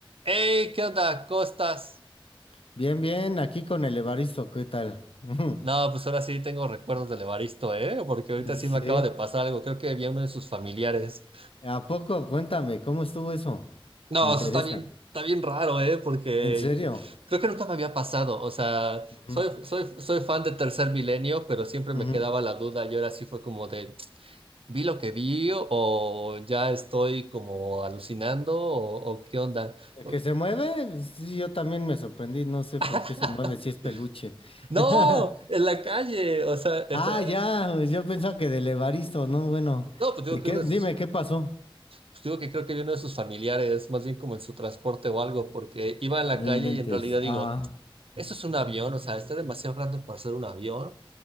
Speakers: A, on the right; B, on the left.
A: Hey, ¿Qué onda? ¿Cómo estás?
B: Bien, bien, aquí con el Evaristo, ¿qué tal? <laughs>
A: No, pues ahora sí tengo recuerdos del Evaristo, ¿eh? Porque ahorita
B: Sí.
A: sí me acaba de pasar algo. Creo que había uno de sus familiares.
B: ¿A poco? Cuéntame, ¿cómo estuvo eso?
A: No,
B: Me interesa.
A: eso está bien, está bien raro, ¿eh? Porque
B: ¿En serio?
A: yo- creo que nunca me había pasado. O sea,
B: Ujú,
A: soy, soy, soy fan de Tercer Milenio, pero siempre
B: ujú.
A: me quedaba la duda y ahora sí fue como de, ¿vi lo que vi o ya estoy como alucinando o, o qué onda?
B: ¿El
A: Por-
B: ¿Que se mueve? Sí, yo también me sorprendí, no sé
A: <laughs>
B: por qué se mueve, si es peluche.
A: No,
B: <laughs>
A: en la calle, o sea, este,
B: Ah, ya, yo pensaba que del Evaristo, no, bueno.
A: no, pues digo
B: ¿Y
A: que
B: qué?
A: uno de
B: Dime,
A: sus
B: ¿qué pasó?
A: Pues digo que creo que vino de sus familiares, más bien como en su transporte o algo, porque iba en la
B: No
A: calle
B: inventes.
A: y en realidad digo,
B: Ah,
A: eso es un avión, o sea, está demasiado grande para ser un avión.